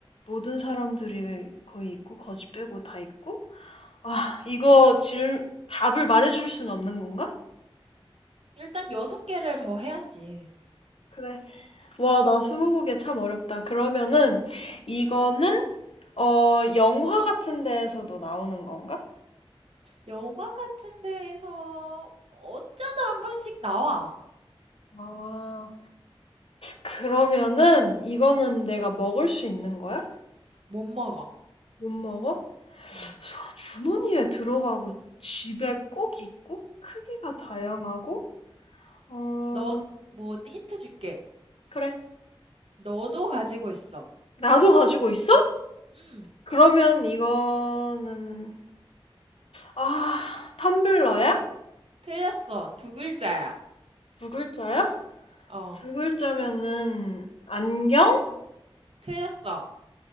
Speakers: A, on the left; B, on the right.
A: 모든 사람들이 거의 있고 거지 빼고 다 있고 아, 이거 질 답을 말해줄 수는 없는 건가?
B: 일단 여섯 개를 더 해야지.
A: 그래. 와, 나 스무고개 참 어렵다. 그러면은 이거는 어, 영화 같은 데에서도 나오는 건가?
B: 영화 같은 데에서 어쩌다 한 번씩 나와.
A: 아, 그러면은 이거는 내가 먹을 수 있는 거야?
B: 못 먹어.
A: 못 먹어? 소-
B: 음,
A: 주머니에 들어가고 집에 꼭 있고 크기가 다양하고
B: 음.
A: 어,
B: 너, 뭐, 힌트 줄게.
A: 그래.
B: 너도 가지고 있어.
A: 나도 가지고 있어?
B: 음,
A: 그러면 이거는 아, 텀블러야?
B: 틀렸어. 두 글자야.
A: 두 글자야?
B: 어,
A: 두 글자면은 안경?
B: 틀렸어.